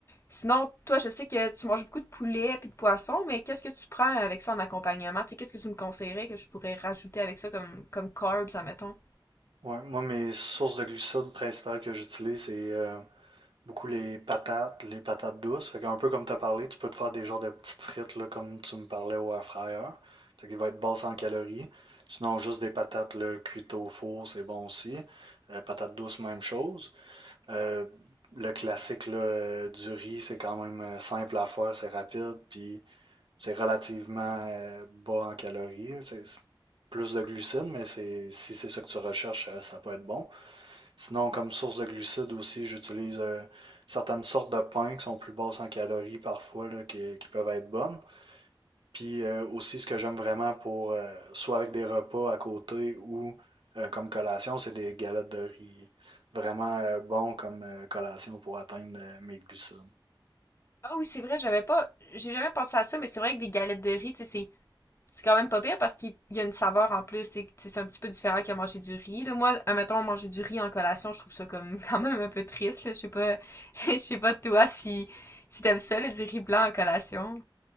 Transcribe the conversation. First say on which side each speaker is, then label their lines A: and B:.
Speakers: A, on the left; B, on the right.
A: Sinon, toi, je sais que tu manges beaucoup de poulet puis de poisson, mais qu'est-ce que tu prends avec ça en accompagnement? Tu sais, qu'est-ce que tu me conseillerais que je pourrais rajouter avec ça comme, comme carbs, admettons?
B: Ouais, moi mes sources de glucides principales que j'utilise, c'est euh, Beaucoup les patates, les patates douces. Fait qu'un peu comme tu as parlé, tu peux te faire des genres de petites frites là, comme tu me parlais au air fryer. Fait qu'il va être basse en calories. Sinon, juste des patates là, cuites au four, c'est bon aussi. Euh, patates douces, même chose. Euh, le classique là, euh, du riz, c'est quand même euh, simple à faire, c'est rapide, puis c'est relativement euh, bas en calories. C'est c'est plus de glucides, mais c'est, si c'est ce que tu recherches, euh, ça peut être bon. Sinon, comme source de glucides aussi, j'utilise euh, certaines sortes de pains qui sont plus basses en calories parfois, là, qui, qui peuvent être bonnes. Puis euh, aussi, ce que j'aime vraiment pour, euh, soit avec des repas à côté ou euh, comme collation, c'est des galettes de riz. Vraiment euh, bon comme euh, collation pour atteindre euh, mes glucides.
A: Ah oui, c'est vrai, j'avais pas, j'ai jamais pensé à ça, mais c'est vrai que des galettes de riz, tu sais, c'est, c'est quand même pas pire parce qu'il y a une saveur en plus, c'est, c'est un petit peu différent qu'à manger du riz. Là, moi, admettons, manger du riz en collation, je trouve ça comme <laughs> quand même un peu triste, là. Je sais pas, <laughs> je sais pas toi si, si t'aimes ça, là, du riz blanc en collation.